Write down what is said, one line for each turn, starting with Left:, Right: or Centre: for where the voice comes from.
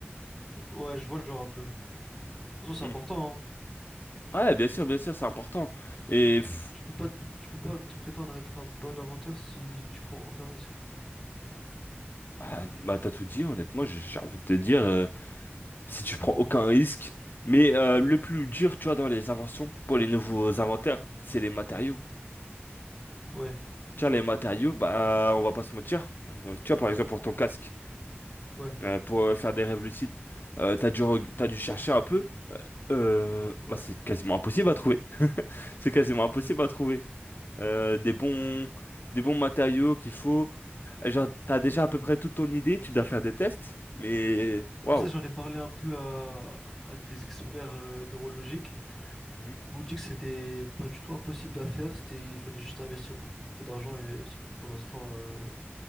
Centre: Ouais, je vois le genre un peu. De toute façon, c'est
Left: Hmm.
Centre: important, hein.
Left: Ouais, bien sûr, bien sûr, c'est important. Et pff,
Centre: Tu peux pas, t- tu peux pas te prétendre être un bon inventeur si tu prends aucun risque.
Left: bah, bah, t'as tout dit, honnêtement, j'ai j'ai envie de te dire, euh, si tu prends aucun risque. Mais euh, le plus dur, tu vois, dans les inventions, pour les nouveaux inventaires, c'est les matériaux.
Centre: Ouais,
Left: Tu vois, les matériaux, bah, on va pas se mentir. Donc, tu vois, par exemple, pour ton casque,
Centre: ouais,
Left: euh, pour euh, faire des rêves lucides, euh, t'as dû, reg- t'as dû chercher un peu. Euh,
Centre: ouais.
Left: bah, c'est quasiment impossible à trouver. C'est quasiment impossible à trouver. euh, des bons, des bons matériaux qu'il faut. Et Genre, t'as déjà
Centre: Hop.
Left: à peu près toute ton idée, tu dois faire des tests, mais waouh.
Centre: Ça, j'en ai parlé un peu à, à des experts euh, neurologiques.
Left: Mhm.
Centre: Ils m'ont dit que c'était pas du tout impossible à faire. C'était, il fallait juste investir beaucoup, beaucoup d'argent. Et sauf que pour l'instant, euh,